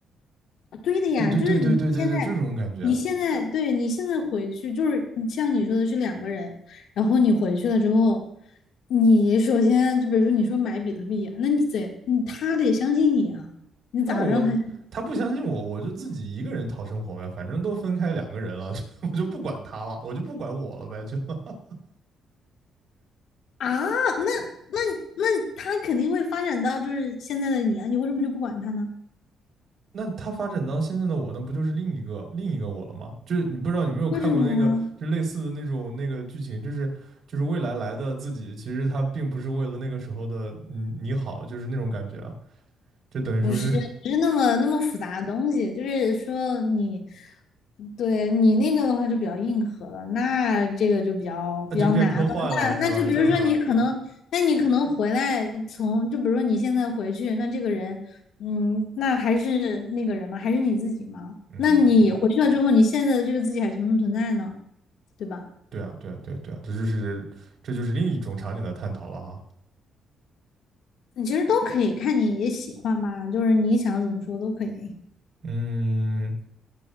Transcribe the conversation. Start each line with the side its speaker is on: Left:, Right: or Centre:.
Left: 对的呀，
Right: 对对对对对对对，
Left: 就是你现在，
Right: 这种感觉。
Left: 你现在，对，你现在回去，就是你像你说的是两个人，然后你回去了之后，你首先就比如说你说买比特币啊那你得，你他得相信你啊，你咋让他？
Right: 那我他不相信我，我就自己一个人讨生活呗，反正都分开两个人了，<laughs> 我就不管他了，我就不管我了呗，就 <laughs>
Left: 啊，那那那他肯定会发展到就是现在的你啊，你为什么就不管他呢？
Right: 那他发展到现在的我，那不就是另一个另一个我了吗？就是你不知道有没有看过那个，
Left: 为什么呢？
Right: 就类似的那种那个剧情，就是就是未来来的自己，其实他并不是为了那个时候的你你好，就是那种感觉啊，就等于说是
Left: 不是不是那么那么复杂的东西，就是说你对你那个的话就比较硬核了，那这个就比较比较难了。
Right: <laughs> 就变科幻了，是吧？
Left: 那那就比如说你可能，
Right: 就
Left: 那你可能回来从就比如说你现在回去，那这个人，嗯，那还是那个人吗？还是你自己吗？
Right: 嗯，
Left: 那你回去了之后，你现在的这个自己还存不存在呢？对吧？
Right: 对啊，对啊，对啊对啊，这就是这就是另一种场景的探讨了哈。
Left: 你其实都可以看你也喜欢吧，就是你想怎么说都可以。
Right: 嗯，